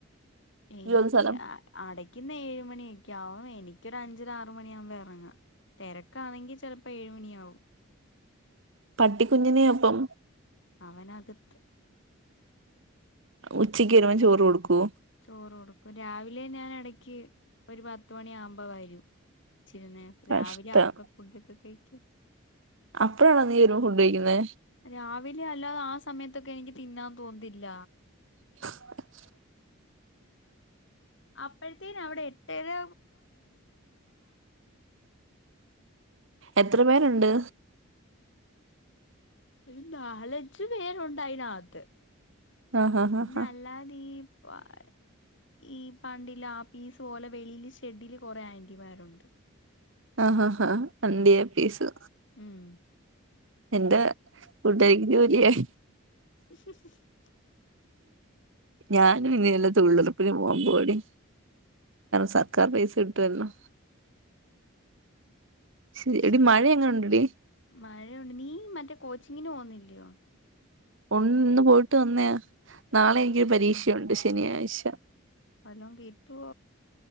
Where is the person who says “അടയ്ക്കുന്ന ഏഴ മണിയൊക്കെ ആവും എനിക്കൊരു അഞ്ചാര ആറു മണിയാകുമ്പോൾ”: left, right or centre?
Left